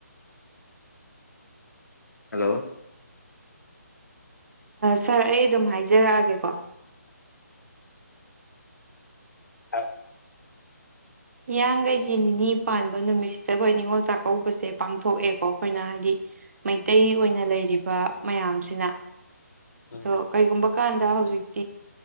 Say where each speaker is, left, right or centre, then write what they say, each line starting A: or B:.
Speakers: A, on the left; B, on the right.
A: ꯍꯜꯂꯣ
B: ꯁꯥꯔ ꯑꯩ ꯑꯗꯨꯝ ꯍꯥꯏꯖꯔꯛꯑꯒꯦꯀꯣ
A: ꯍ
B: ꯍꯤꯌꯥꯡꯒꯩꯒꯤ ꯅꯤꯅꯤ ꯄꯥꯟꯕ ꯅꯨꯃꯤꯠꯁꯤꯗ ꯑꯩꯈꯣꯏ ꯅꯤꯉꯣꯜ ꯆꯥꯛꯀꯧꯕꯁꯦ ꯄꯥꯡꯊꯣꯛꯑꯦꯀꯣ ꯑꯩꯈꯣꯏꯅ ꯍꯥꯏꯗꯤ ꯃꯩꯇꯩ ꯑꯣꯏꯅ ꯂꯩꯔꯤꯕ ꯃꯌꯥꯝꯁꯤꯅ
A: ꯎꯝ
B: ꯑꯣ ꯀꯩꯒꯨꯝꯕ ꯀꯥꯟꯗ ꯍꯧꯖꯤꯛ